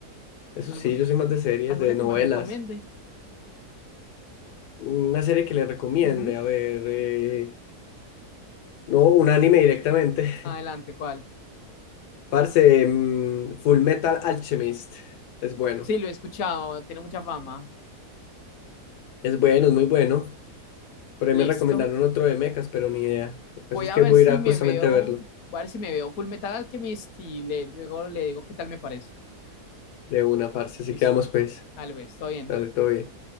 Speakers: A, on the left (about 85°); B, on the left (about 70°).
A: Eso
B: ¿Algún,
A: sí, yo soy más de series,
B: alguna
A: de novelas.
B: que me recomiende?
A: Una serie que le recomiende,
B: Ujú.
A: a ver, eh, no, un anime directamente.
B: Adelante, ¿cuál?
A: <laughs> Parce, mm, Full Metal Alchemist. Es bueno,
B: Sí, lo he escuchado, tiene mucha fama.
A: es bueno, es muy bueno. Por ahí
B: Listo.
A: me recomendaron otro de mechas, pero ni idea. El caso
B: Voy
A: es
B: a
A: que
B: ver
A: voy
B: si
A: a ir a
B: me
A: justamente
B: veo,
A: a verlo
B: voy a ver si me veo Full Metal Alchemist y le, luego le digo qué tal me parece.
A: de una, parce. Así
B: Listo.
A: que vamos pues.
B: Tal vez, todo bien.
A: Dale, todo bien.